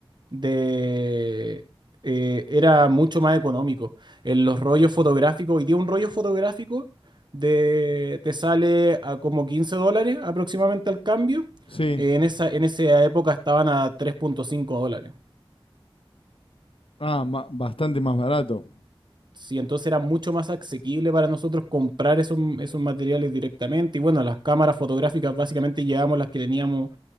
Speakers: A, on the right (about 55°); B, on the left (about 75°).
A: de, eh, era mucho más económico. En los rollos fotográficos, hoy día un rollo fotográfico de, te sale a como 15 dólares aproximadamente al cambio.
B: Sí.
A: en esa, en esa época estaban a tres punto cinco dólares.
B: Ah, ma- bastante más barato.
A: Sí, entonces era mucho más asequible para nosotros comprar esos, esos materiales directamente. Y bueno, las cámaras fotográficas básicamente llevamos las que teníamos